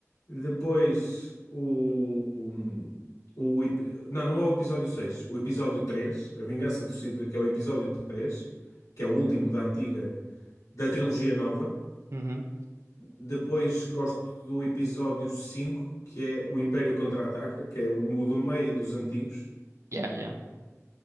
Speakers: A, on the left; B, on the right.
A: Depois, o, o, o epi- Não, não é o episódio 6, o episódio 3, A Vingança dos Sith, que é o episódio 3, que é o último da antiga, da trilogia nova.
B: Uhum.
A: Depois, gosto do episódio 5, que é o Império Contra-Ataca, que é o, o do meio dos antigos.
B: Yeah, yeah.